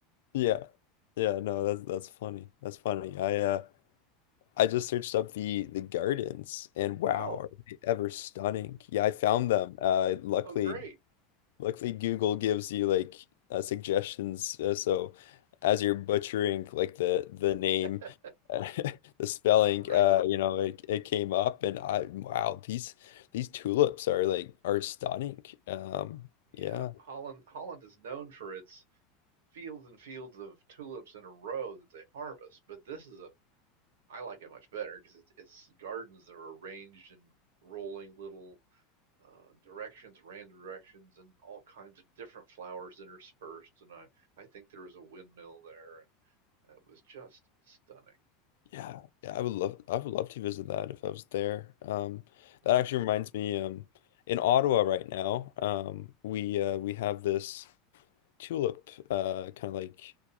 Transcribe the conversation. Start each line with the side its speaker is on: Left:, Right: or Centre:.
Left: Yeah. Yeah, no, that's that's funny. That's funny. I uh I just searched up the the gardens and wow,
Right: Oh,
Left: are they ever stunning. Yeah, I found them. Uh luckily
Right: oh, great.
Left: luckily Google gives you like uh, suggestions uh, so as you're butchering like the the name
Right: <laughs>
Left: <laughs> the spelling
Right: Right.
Left: uh you know it, it came up and I wow, these these tulips are like are stunning. Um
Right: Yeah,
Left: yeah.
Right: Holland Holland is known for its fields and fields of tulips in a row that they harvest. But this is a I like it much better because it's it's gardens that are arranged in rolling little uh, directions, random directions, and all kinds of different flowers interspersed. And I I think there was a windmill there, and it was just stunning.
Left: Yeah, yeah, I would love I would love to visit that if I was there. Um,
Right: hmm
Left: that actually reminds me, um, in Ottawa right now, um, we uh, we have this tulip uh, kind of like